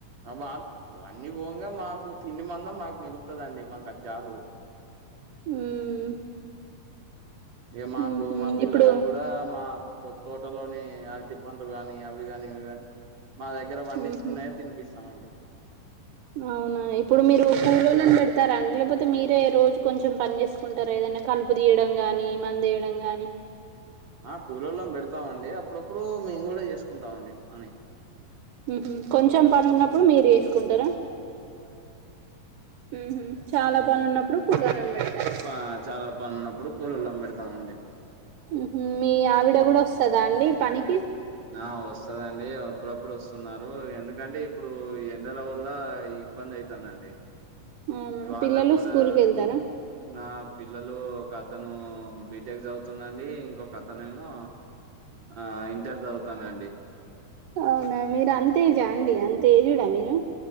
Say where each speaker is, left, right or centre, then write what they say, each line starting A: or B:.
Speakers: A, on the right; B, on the right.
A: ఆహ్ వాళ్ళు ఇప్పుడు అన్ని పోంగా మాకు తిండి మందం మాకు మిగుతదండి మాకు అది జాలు.
B: మ్మ్
A: ఇక మాకు
B: ఊహూ
A: మా పిల్లలక్
B: ఇప్పుడు
A: కూడా మా పొత్తు. టలోనే అరటి పండు కాని అవి గాని ఇవి కాని మా దగ్గర పండించుకున్నాయే
B: ఊహూ
A: తినిపిస్తామ అండి.
B: అవునా ఇప్పుడు మీరు కులోళని పెడతారా అండి లేకపోతే మీరే రోజు కొంచెం పని చేసుకుంటారా ఏద. ఏన్నా కలుపు తీయడం కాని మందేయడం గాని.
A: ఆహ్ కులోలాన్ పెడతామండి అప్పుడప్పుడు మేము కూడా చేసుకుంటాం అండి పని.
B: ఉహ్ కొంచెం పని ఉన్నప్పుడు
A: ఆ
B: మీరు చేసుకుంటారా. ఊహూ చాలా
A: ఊ
B: పని ఉన్నప్పుడు కూలోళ్ళని పెడతారు
A: క చాలా పన్ న్నప్పుడు కూలోలన్ బెడతావండి
B: ఊహు మీ ఆవిడ గుడ ఒస్తదా అండి పనికి.
A: ఆ ఒస్తదండి అప్పుడప్పుడు ఒస్తున్నారు ఎందుకంటే ఇప్పుడూ ఇ ఎండల వల్ల ఈ ఇబ్బంద్ ఐతాన్ దండి
B: అవునా
A: ఉగ వాళ్ళగూడా
B: పిల్లలు స్కూల్ కి వెళ్తారా
A: నా పిల్లలు ఒక అతనూ బీటెక్ సౌతుందండి ఇంకొక్ అతనేమో ఆ ఇంటర్ సౌతనండి
B: ఔనా మీర్ అంతేజా అండి అంత్ ఏజుడా మీరు